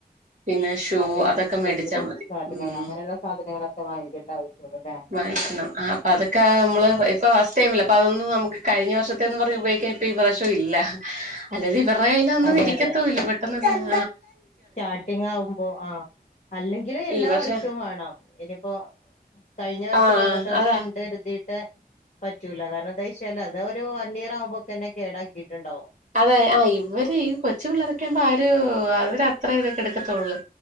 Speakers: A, on the right (about 50°); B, on the left (about 50°).
A: പിന്നെ ഷൂ
B: അതെ അതെ
A: അതൊക്കെ മേടിച്ചാ
B: ലഞ്ച് ബോക്സ്
A: മതി
B: സാധനങ്ങൾ
A: ഉം.
B: അങ്ങനെയുള്ള സാധനങ്ങളൊക്കെ വാങ്ങിക്കേണ്ട ആവശ്യമുള്ളൂ അല്ലേ
A: വാങ്ങിക്കണം, ആ അപ്പൊ അതൊക്കെ നമ്മള് പ്പ ഫസ്ടൈമല്ലേ അപ്പൊ അതൊന്നും നമുക്ക് കഴിഞ്ഞ വർഷത്തെന്ന് പറഞ്ഞുപയോഗിക്കാൻ ഇപ്പൊഈ വർഷം ഇല്ല, അല്ലേലും ഇവർടെ കയ്യിലതൊന്നും
B: അതെ
A: ഇരിക്കത്തുവില്ല
B: അതെ
A: പെട്ടെന്ന് തീരും
B: സ്റ്റാർട്ടിങ് ആകുമ്പോ ആ, അല്ലെങ്കിലും എല്ലാ
A: ഈ വർഷം
B: വർഷവും കാണാം, ഇനിപ്പോ കഴിഞ്ഞ വർഷം
A: ആഹ്
B: മുമ്പത്തെ വർഷം
A: അതാ
B: ഇണ്ട്ന്നരിതീട്ട് പറ്റൂല, കാരണം എന്താച്ചാല് അതവരു വൺ ഇയർ ആവുമ്പോക്കെന്നെ കേടാക്കിട്ടുണ്ടാവും.
A: അതെ ആ ഇവര് ഈ കൊച്ചു പിള്ളേരൊക്കെവമ്പോ അവരു അവരത്രേ ഇതൊക്കെ എടുക്കത്തൊള്ളൂ